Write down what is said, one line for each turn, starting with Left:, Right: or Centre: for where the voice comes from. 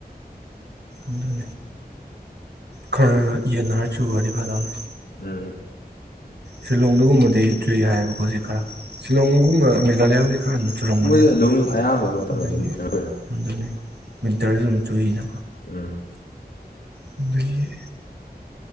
Right: ꯑꯗꯨ ꯈꯔ ꯌꯦꯟꯅꯔ ꯆꯒꯗꯤ ꯐꯥꯗꯧꯅꯤ
Left: ꯎꯝ
Right: ꯁꯤꯂꯣꯡꯗꯨꯒꯨꯝꯕꯗꯤ ꯆꯨꯏ ꯍꯥꯏꯌꯦꯕꯀꯣ ꯍꯧꯖꯤꯛ ꯈꯔ ꯁꯤꯂꯣꯡꯒꯨꯝꯕ ꯃꯦꯘꯥꯂꯌꯥꯒꯤ ꯈꯔ ꯑꯗꯨ ꯆꯤꯂꯣꯡꯕꯅꯤꯗ
Left: ꯃꯣꯏꯗꯤ ꯑꯗꯨꯝ ꯑꯌꯥꯝꯕ ꯃꯇꯝꯗ
Right: ꯑꯗꯒꯤ
Left: ꯑꯗꯨꯝ ꯀꯩꯅꯣ ꯇꯧꯋꯤꯅ
Right: ꯑꯗꯨꯅꯤ ꯃꯤꯋꯤꯟꯇꯔꯁꯨ ꯑꯗꯨꯝ ꯆꯨꯏꯅ
Left: ꯎꯝ
Right: ꯑꯗꯨꯗꯒꯤ